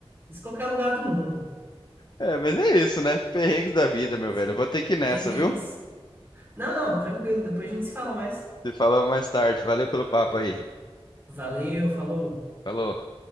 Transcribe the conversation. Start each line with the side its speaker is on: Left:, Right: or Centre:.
Right: Isso em qualquer lugar do mundo.
Left: É, mas é isso, né? Perrengues da vida, meu
Right: Sim.
Left: velho. Eu Vou ter que ir nessa,
Right: Perrengues.
Left: viu?
Right: Não, não, tranquilo. Depois a gente se fala mais.
Left: Te falamos mais tarde. Valeu pelo papo aí.
Right: Valeu, falou.
Left: Falou.